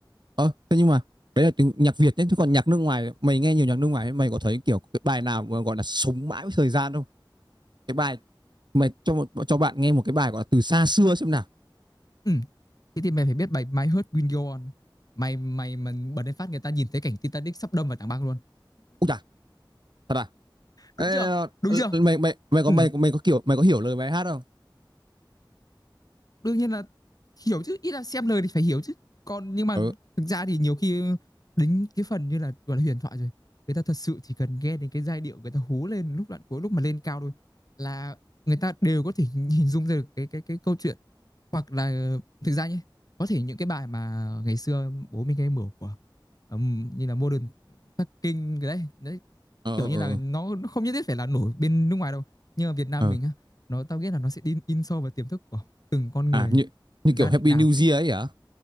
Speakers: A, on the right; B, on the left.
A: Ờ, thế nhưng mà đấy là tiếng nhạc Việt nhé chứ còn nhạc nước ngoài mày nghe nhiều nhạc nước ngoài ấy, mày có thấy kiểu cái bài nào mà gọi là sống mãi với thời gian không cái bài mày cho một cho bạn nghe một cái bài gọi là từ xa xưa xem nào
B: ừ thế thì mày phải biết bài My Heart Will Go On mày mày mà bật lên phát người ta nhìn thấy cảnh Titanic sắp đâm vào tảng băng luôn
A: ui chà thật à Ê,
B: đúng chưa
A: ờ,
B: đúng chưa
A: mày mày mày có
B: ừ
A: mày mày có kiểu mày có hiểu lời bài hát không
B: đương nhiên là hiểu chứ ít là xem lời thì phải hiểu chứ còn nhưng mà
A: ừ
B: thực ra thì nhiều khi đến cái phần như là gọi là huyền thoại rồi người ta thật sự chỉ cần nghe đến cái giai điệu người ta hú lên lúc đoạn cuối lúc mà lên cao thôi là người ta đều có thể <laughs> hình dung ra được cái cái cái câu chuyện hoặc là thực ra nhé có thể những cái bài mà ngày xưa bố mình hay mở của ừm, như là Modern Talking cái đấy đấy
A: ờ
B: kiểu như
A: ờ
B: là nó, nó không nhất thiết phải là nổi bên nước ngoài đâu nhưng mà Việt Nam
A: ờ
B: mình á nó tao nghĩ là nó sẽ in in sâu vào tiềm thức của từng con
A: à
B: người
A: như như
B: gia
A: kiểu Happy
B: đình nào
A: New
B: cũng từng
A: Year ấy hả